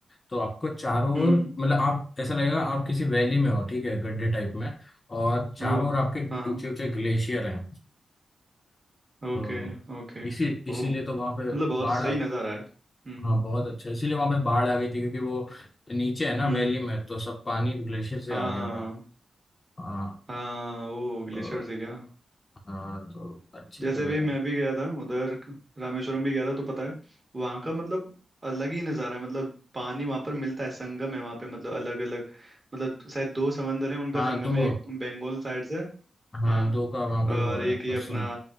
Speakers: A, on the left (about 30°); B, on the right (about 20°).
A: तो आपको चारों
B: हम्म,
A: ओर मतलब आप ऐसा लगेगा आप किसी वैली में हो ठीक है गड्ढे टाइप में और चारों
B: ओ
A: ओर आपके
B: हाँ हाँ
A: ऊंचे ऊंचे ग्लेशियर हैं
B: ओके
A: तो
B: ओके
A: इसी इसीलिए
B: ओ
A: तो वहां
B: मतलब
A: पे
B: बहुत
A: बाढ़
B: सही
A: आ-
B: नज़ारा है हम्म
A: हाँ बहुत अच्छा इसीलिए वहां पे बाढ़ आ गई थी क्योंकि वो नीचे है ना
B: हम्म
A: वैली में तो सब पानी ग्लेशियर से
B: हाँ
A: आ गया
B: हाँ
A: था हाँ
B: हाँ वो ग्लेशियर
A: तो
B: से क्या
A: हाँ तो अच्छी
B: जैसे
A: जगह
B: अभी मैं
A: है
B: भी गया था उधर क- रामेश्वरम भी गया था तो पता है वहाँ का मतलब अलग ही नज़ारा है मतलब पानी वहाँ पर मिलता है संगम है वहाँ पे मतलब अलग अलग मतलब शायद दो समंदर है उनका
A: हाँ
B: संगम
A: दो
B: है एक बंगाल साइड से
A: हाँ
B: हाँ
A: दो का वहां पे
B: और
A: वो
B: एक
A: है बस
B: ही अपना
A: सुना